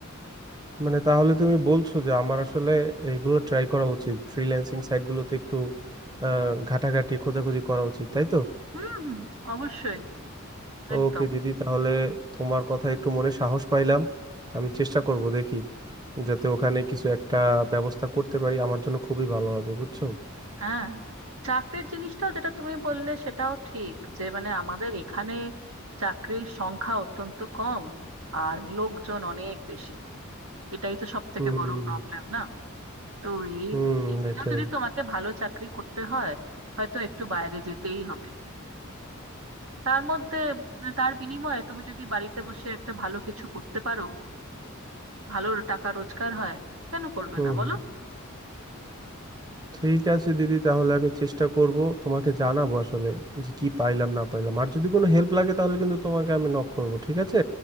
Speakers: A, on the right (about 20°); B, on the right (about 80°).
A: মানে তাহলে তুমি বলছো যে আমার আসলে এইগুলো ট্রাই করা উচিত ফ্রিল্যান্সিং সাইটগুলোতে একটু আহ, ঘাটাঘাটি খোঁজাখুঁজি করা উচিত তাই তো
B: হুম হুম অবশ্যই
A: ওকে
B: একদম
A: দিদি তাহলে তোমার কথা একটু মনে সাহস পাইলাম আমি চেষ্টা করব দেখি যাতে ওখানে কিছু একটা ব্যবস্থা করতে পারি আমার জন্য খুবই ভালো হবে বুঝছো
B: হ্যাঁ চাকরির জিনিসটাও যেটা তুমি বললে সেটাও ঠিক যে মানে আমাদের এখানে চাকরির সংখ্যা অত্যন্ত কম আর লোকজন অনেক বেশি এটাই তো সব থেকে
A: হুম
B: বড় প্রবলেম না তো এই
A: হুম
B: এগুলো
A: এটাই
B: যদি তোমাকে ভালো চাকরি করতে হয় হয়তো একটু বাইরে যেতেই হবে তার মধ্যে তার বিনিময়ে তুমি যদি বাড়িতে বসে একটা ভালো কিছু করতে পারো ভালো টাকা রোজগার হয় কেন করবে
A: হুম
B: না বলো
A: হুম ঠিক আছে দিদি তাহলে আমি চেষ্টা করব তোমাকে জানাবো আসলে যে কি পাইলাম না পাইলাম আর যদি কোনো হেল্প লাগে তাহলে কিন্তু তোমাকে আমি নক করব ঠিক আছে